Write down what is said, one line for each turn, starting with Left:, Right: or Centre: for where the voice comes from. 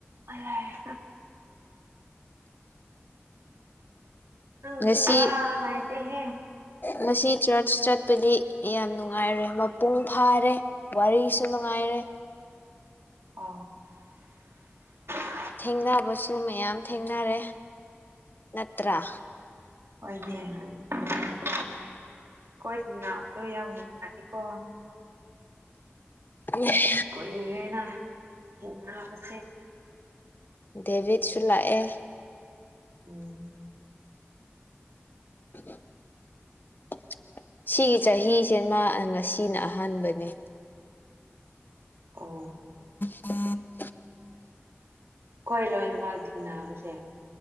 Right: ꯑꯂꯑ <inaudible> ꯅꯪꯁꯨ
Left: ꯉꯁꯤ
Right: ꯋꯥ ꯂꯩꯇꯦꯍꯦ
Left: ꯉꯁꯤ ꯆꯔꯆ ꯆꯠ ꯄꯗꯤ ꯌꯥꯝ ꯅꯨꯡꯉꯥꯏꯔꯦ ꯃꯄꯨꯡ ꯐꯥꯔꯦ ꯋꯥꯔꯤꯁꯨ ꯅꯨꯡꯉꯥꯏꯔꯦ
Right: ꯑ <inaudible>
Left: ꯊꯦꯡꯅꯕꯁꯨ ꯃꯌꯥꯝ ꯊꯦꯡꯅꯔꯦ ꯅꯠꯇ꯭ꯔꯥ
Right: ꯑꯣꯏꯅꯦ <inaudible> ꯍꯣꯏ ꯇꯤꯅꯥꯕꯗꯣ ꯌꯥꯝ ꯅꯨꯡꯉꯅꯤꯀꯣ
Left: ꯎ <inaudible>
Right: ꯀꯨꯏꯔꯦꯅ ꯊꯅꯕꯁꯦ
Left: ꯗꯦꯚꯤꯠꯁꯨꯂꯥꯛ ꯑꯦ
Right: ꯎꯝ
Left: <inaudible> ꯁꯤꯒꯤ ꯆꯍꯤꯁꯦꯃ ꯉꯁꯤꯅ ꯑꯍꯥꯟꯕꯅꯤ
Right: ꯑꯣ
Left: ꯎꯝ
Right: ꯈꯣꯏ ꯂꯣꯏꯅ ꯃꯥ ꯊꯤꯡꯅꯕꯁꯦ